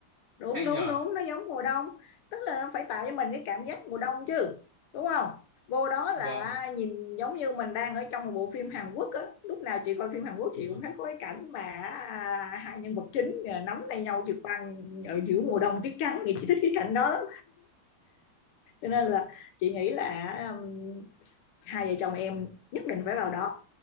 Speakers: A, on the left (about 80°); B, on the right (about 50°).
A: đúng
B: Hay
A: đúng
B: nhờ.
A: đúng nó giống mùa đông tức là nó phải tạo cho mình cái cảm giác mùa đông chứ đúng không vô đó là
B: Vâng.
A: nhìn giống như mình đang ở trong một bộ phim Hàn Quốc á lúc nào chị coi phim Hàn Quốc
B: <laughs>
A: chị cũng thấy có cái cảnh mà à, hai nhân vật chính à, nắm tay nhau trượt băng ở giữa mùa đông tuyết trắng thì chị thích cái cảnh đó lắm cho nên là chị nghĩ là um, hai vợ chồng em nhất định phải vào đó